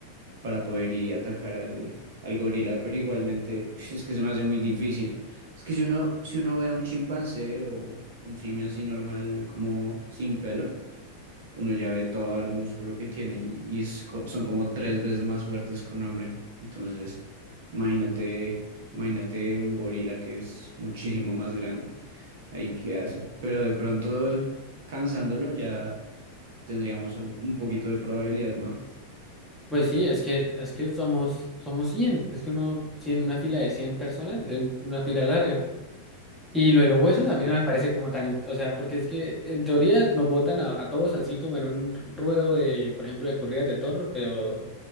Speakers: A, on the right; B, in the centre.
A: para poder ir y atacar al, al gorila, pero igualmente ush, es que se me hace muy difícil. Es que si uno, si uno ve a un chimpancé o un simio así normal, como sin pelo, uno ya ve todo el músculo que tiene y, y es co- son como tres veces más fuertes que un hombre. Entonces, imagínate, imagínate un gorila que es muchísimo más grande. Ahí qué hace. Pero de pronto, cansándolo, ya tendríamos un un poquito de probabilidad, ¿no?
B: Pues sí, es que es que somos somos cien es que uno cien una fila de 100 personas es una fila larga. Y lo de los huesos
A: Sí,
B: a mí no me
A: claro.
B: parece como tan, in- o sea, porque es que en teoría nos botan a, a todos así como en un ruedo de, por ejemplo, de corridas de toro, pero,